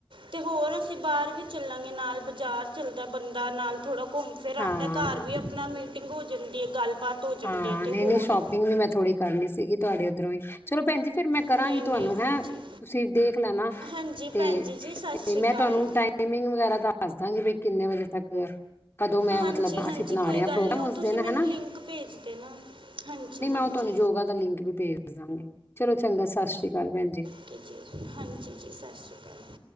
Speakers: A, on the right; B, on the left.
A: ਤੇ ਹੋਰ ਅਸੀਂ ਬਾਹਰ ਵੀ ਚੱਲਾਂਗੇ, ਨਾਲ ਬਾਜ਼ਾਰ ਚੱਲਦਾ ਬੰਦਾ ਨਾਲ ਥੋੜਾ ਘੁੰਮ ਫਿਰ ਆਉਂਦਾ,
B: ਹਾਂ
A: ਘਰ ਵੀ ਆਪਣਾ ਮੀਟਿੰਗ ਹੋ ਜਾਂਦੀ ਐ ਗੱਲਬਾਤ ਹੋ ਜਾਂਦੀ
B: ਹਾਂ,
A: ਹੈ ਤੇ
B: ਨਹੀਂ
A: ਹੋਰ
B: -ਨਹੀਂ ਸ਼ੋਪਿੰਗ ਵੀ ਮੈਂ ਥੋੜ੍ਹੀ ਕਰਨੀ ਸੀਗੀ, ਤੁਹਾਡੇ ਉੱਧਰੋਂ ਹੀ। ਚਲੋ, ਭੈਣਜੀ ਫਿਰ ਮੈਂ ਕਰਾਂਗੀ
A: ਨਹੀਂ ਨਹੀਂ
B: ਤੁਹਾਨੂੰ ਹੈਂ,
A: ਹਾਂਜੀ
B: ਤੁਸੀਂ ਦੇਖ ਲੈਣਾ
A: ਹਾਂਜੀ
B: ਤੇ
A: ਭੈਣ ਜੀ ਜੀ ਸਤਿ
B: ਤੇ
A: ਸ਼੍ਰੀ
B: ਮੈਂ,
A: ਅਕਾਲ
B: ਤੁਹਾਨੂੰ ਟਾਈਮਿੰਗ ਵਗੈਰਾ ਦੱਸ ਦਾਂਗੀ, ਬੀ ਕਿੰਨੇ ਵਜੇ ਤੱਕ ਕਦੋਂ ਮੈਂ
A: ਹਾਂਜੀ
B: ਮਤਲਬ,
A: ਹਾਂਜੀ
B: ਅਸੀਂ ਬਣਾ
A: ਕੋਈ
B: ਰਹੇ ਹਾਂ,
A: ਗੱਲ
B: ਪ੍ਰੋਗਰਾਮ
A: ਨਹੀਂ ਉਹ
B: ਉਸ
A: ਤੁਸੀਂ
B: ਦਿਨ
A: ਮੈਨੂੰ
B: ਹਨਾ‌।
A: ਲਿੰਕ ਭੇਜ ਦੇਣਾ, ਹਾਂਜੀ- ਹਾਂਜੀ।
B: ਉਹ ਤੁਹਾਨੂੰ ਯੋਗਾ ਦਾ ਲਿੰਕ ਵੀ ਭੇਜ ਦਾਂਗੇ, ਚਲੋਂ ਚੰਗਾ, ਸਤਿ ਸ਼੍ਰੀ ਅਕਾਲ ਭੈਣ ਜੀ।
A: ਓਕੇ ਜੀ, ਹਾਂਜੀ ਜੀ, ਸਤਿ ਸ਼੍ਰੀ ਅਕਾਲ।